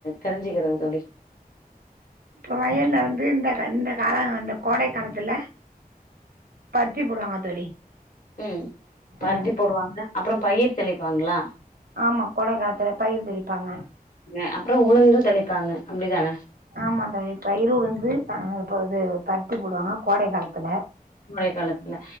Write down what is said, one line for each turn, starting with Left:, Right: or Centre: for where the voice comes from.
Left: தெரிஞ்சுக்குறே தோழி
Right: இப்ப வயல்ல வந்து இந்த ரெண்டு நாளா இந்த கோடை காலத்துல பருத்தி போடுவாங்க தோழி
Left: உம் பருத்தி
Right: ம்
Left: போடுவாங்க அப்புறம் பயிர் தெளிப்பாங்களா
Right: ஆமா கொடங் காலத்துல பயிர் தெளிப்பாங்க
Left: க அப்றோ உளுந்து தெளிப்பாங்க அப்டிதானே
Right: ஆமாந்த இது பயிரு உளுந்து ஆ இப்ப இது பருத்தி போடுவாங்க கோடை காலத்துல
Left: மழை காலத்துல